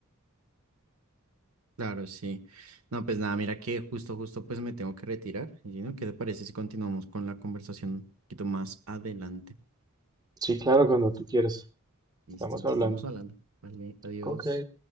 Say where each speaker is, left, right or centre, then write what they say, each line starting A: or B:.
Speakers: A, on the right; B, on the right.
A: claro, sí. No, pues nada, mira que justo, justo, pues me tengo que retirar. Y no, ¿qué te parece si continuamos con la conversación un poquito más adelante?
B: Sí, claro, cuando tú quieras.
A: Listo,
B: Estamos
A: entonces
B: hablando.
A: estamos hablando. Vale, adiós.
B: Ok.